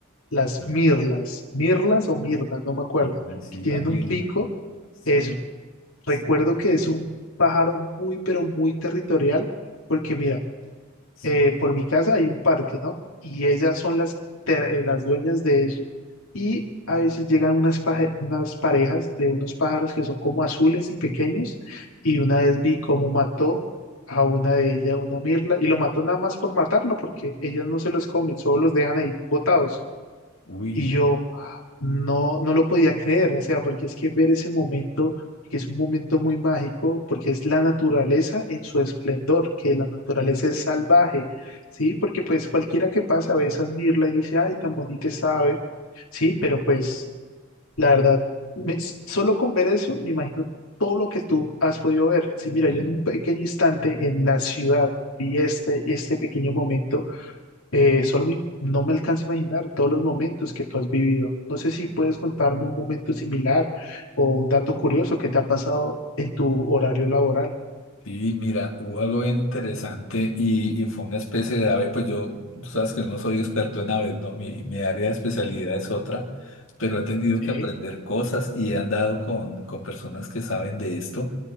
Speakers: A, on the left (about 85°); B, on the left (about 65°).
A: Las
B: Ah,
A: mirlas, mirlas o mirnas, no me acuerdo,
B: Sí, sí,
A: que tienen
B: la mirla.
A: un pico,
B: Sí,
A: eso.
B: sí,
A: Recuerdo que es un pájaro muy, pero muy territorial, porque mira,
B: sí,
A: eh, por mi casa hay un parque, ¿no? Y
B: sí.
A: ellas son las, te- eh, las dueñas de eso. Y a veces llegan unas, paje- unas parejas de unos pájaros que son como azules y pequeños. Y una vez vi cómo mató a una de ellas, una mirla, y lo mató nada más por matarlo, porque ellas no se los comen, solo los dejan ahí botados.
B: Uy.
A: Y yo no, no lo podía creer, o sea, porque es que ver ese momento, que es un momento muy mágico, porque es la naturaleza en su esplendor, que la naturaleza es salvaje, ¿sí? Porque pues cualquiera que pasa a veces admirla y dice, ay, tan bonita sabe, ¿sí? Pero pues la verdad, me- solo con ver eso, me imagino todo lo que tú has podido ver. Sí, mira,
B: el-
A: yo en un pequeño instante en la ciudad vi este, este pequeño momento. Eh, solo me- no me alcanza a imaginar todos los momentos que tú has vivido. No sé si puedes contarme un momento similar o un dato curioso que te ha pasado en tu horario laboral.
B: Sí, mira, hubo algo bien interesante y, y fue una especie de ave, pues yo, tú sabes que no soy experto en aves, ¿no? Mi, mi área de especialidad es otra, pero he tenido
A: Sí,
B: que aprender cosas y he andado con, con personas que saben de esto